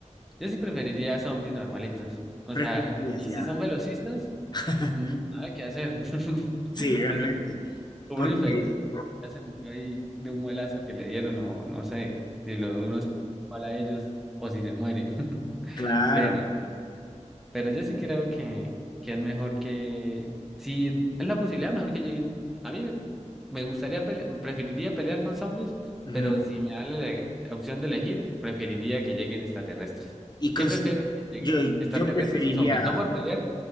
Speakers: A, in the centre; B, on the left.
A: Yo sí preferiría zombies normalitos. O
B: Preferirías
A: sea, y
B: ya.
A: si son velocistas,
B: <laughs>
A: mm, nada que hacer. <laughs>
B: Sí, realmente.
A: O sea, uno
B: Porque,
A: infectado ya se murió ahí de un muelazo que le dieron, o no sé, si lo, uno se igual a ellos, o si se mueren.
B: claro.
A: <laughs> Pero yo sí creo que, que es mejor que, si es la posibilidad, mejor que lleguen. A mí me, me gustaría, pele- preferiría pelear con zombies,
B: ujú.
A: pero si me dan la le- opción de elegir, preferiría que lleguen extraterrestres.
B: Y consi-
A: ¿Qué prefieres que lleguen?
B: yo,
A: ¿Extraterrestres
B: yo preferiría.
A: o zombies? No por pelear,